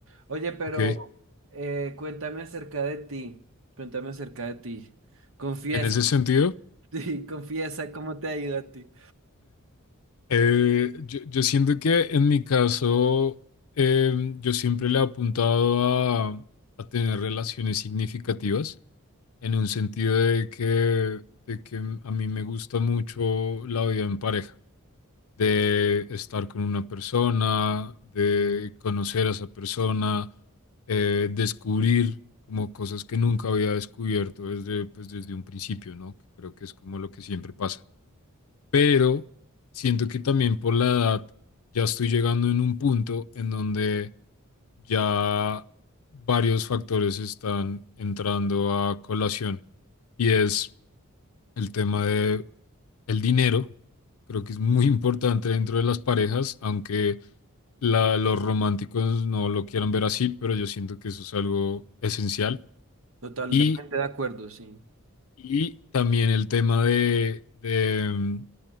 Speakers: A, on the right; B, on the left.
A: Oye, pero
B: Ok, ok.
A: eh, cuéntame acerca de ti, cuéntame acerca de ti, confiesa.
B: En ese
A: <laughs>
B: sentido,
A: Sí, confiesa cómo te ha ido a ti.
B: eh, yo, yo siento que en mi caso, em, yo siempre le he apuntado a, a tener relaciones significativas, en un sentido de que, de que a mí me gusta mucho la vida en pareja, de estar con una persona, de conocer a esa persona, eh, descubrir como cosas que nunca había descubierto desde, pues, desde un principio, ¿no? Creo que es como lo que siempre pasa pero siento que también por la edad ya estoy llegando en un punto en donde ya varios factores están entrando a colación y es el tema de el dinero. Creo que es muy importante dentro de las parejas, aunque la- los románticos no lo quieran ver así, pero yo siento que eso es algo esencial.
A: Totalmente
B: Y
A: de acuerdo, sí.
B: y también el tema de, de, mm,